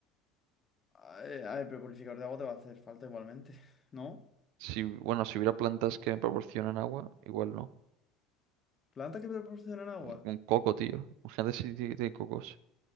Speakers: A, on the left; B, on the right.
A: Ay, ay, pero purificador de agua te va a hacer falta igualmente, <laughs> ¿no?
B: Si, bueno, si hubiera plantas que me proporcionan agua, igual no.
A: Plantas que proporcionan agua.
B: Un, un coco, tío. Imagínate si tiene tiene cocos.